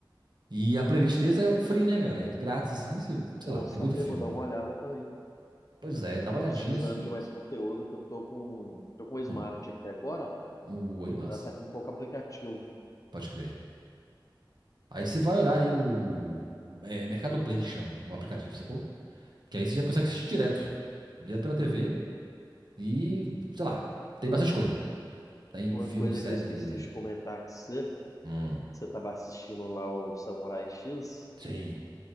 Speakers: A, on the right; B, on the left.
A: E a playlist deles é free, né, cara? É grátis, assim, cê-
B: Bom
A: sei lá, tem
B: saber,
A: muito filme.
B: vou dar uma olhada também.
A: Pois é, dá uma
B: Tô
A: olhadinha.
B: precisando
A: cê-
B: de mais conteúdo que eu tô com, tô com o Smart
A: Hum,
B: aqui agora,
A: um oi, massa.
B: e ela tá com um pouco aplicativo.
A: Pode crer. Aí você vai olhar aí o é, Mercado Play que chama, o aplicativo, sacou? Que aí você já consegue assistir direto. Direto pela TV e, sei lá, tem bastante coisa. Tem
B: Uma
A: filmes,
B: coisa
A: séries
B: que eu esqueci
A: e.
B: de comentar que você,
A: Hum,
B: você tava assistindo lá o Samurai X,
A: sim,